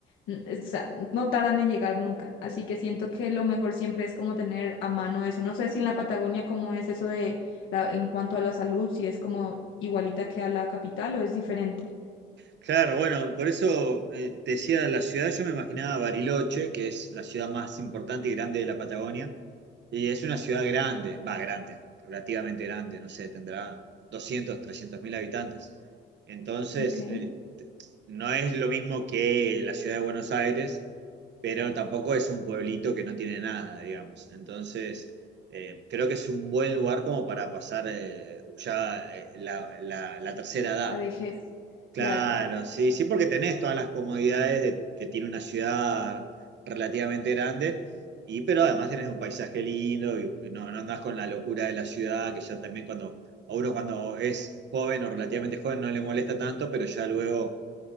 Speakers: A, on the left; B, on the right.
A: n- es- o sea, no tardan en llegar nunca. Así que siento que lo mejor siempre es como tener a mano eso. No sé si en la Patagonia cómo es eso de la, en cuanto a la salud, si es como igualita que a la capital o es diferente.
B: Claro, bueno, por eso eh, te decía la ciudad, yo me imaginaba Bariloche, que es la ciudad más importante y grande de la Patagonia, y es una ciudad grande, va, grande, relativamente grande, no sé, tendrá 200, 300 mil habitantes. Entonces,
A: Ok,
B: eh, t- no es lo mismo que la ciudad de Buenos Aires, pero tampoco es un pueblito que no tiene nada, digamos. Entonces, eh, creo que es un buen lugar como para pasar eh, ya eh, la, la la tercera edad.
A: la vejez, claro.
B: Claro, sí, sí, porque tenés todas las comodidades de- que tiene una ciudad relativamente grande, y pero además tenés un paisaje lindo y, y no, no andás con la locura de la ciudad, que ya también cuando, a uno cuando es joven o relativamente joven no le molesta tanto, pero ya luego